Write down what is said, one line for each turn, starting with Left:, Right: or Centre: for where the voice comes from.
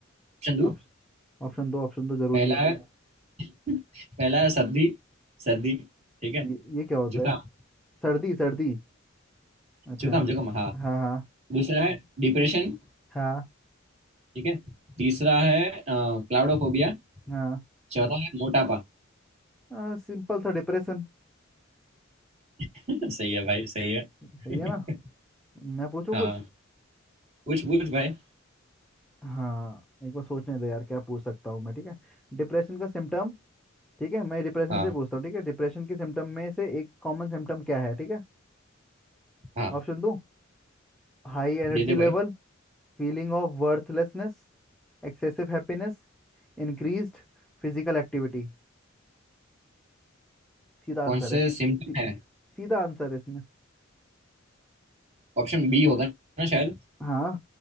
Right: चंदू
Centre: ऑप्श- ऑप्शन दो ऑप्शन दो जरूरी
Right: पहला
Centre: है
Right: है
Centre: भाई
Right: <laughs> पहला है सर्दी सर्दी ठीक है
Centre: ये, ये क्या होता
Right: जुकाम
Centre: है सर्दी सर्दी अच्छा
Right: जुकाम जुकाम हाँ
Centre: हाँ हाँ
Right: दूसरा है डिप्रेशन
Centre: हाँ
Right: ठीक है तीसरा है अ, क्लाउडोफोबिया
Centre: हाँ
Right: चौथा है मोटापा
Centre: आ, सिंपल सा डिप्रेशन
Right: <laughs> सही है भाई सही है
Centre: सही है ना
Right: <laughs>
Centre: मैं पूछूं
Right: हाँ
Centre: कुछ
Right: पूछ पूछ भाई
Centre: हाँ एक बार सोचने दे यार क्या पूछ सकता हूँ मैं ठीक है डिप्रेशन का सिम्टम ठीक है मैं डिप्रेशन
Right: हाँ
Centre: से पूछता हूँ ठीक है डिप्रेशन के सिम्टम में से एक कॉमन सिम्टम क्या है ठीक है
Right: हाँ
Centre: ऑप्शन दो High energy
Right: दे दे
Centre: level
Right: भाई
Centre: feeling of worthlessness excessive happiness increased physical activity सीधा
Right: कौन
Centre: आंसर
Right: से
Centre: है सी,
Right: सिम्टम है
Centre: सीधा आंसर है इसमें
Right: ऑप्शन बी होगा ना शायद
Centre: हाँ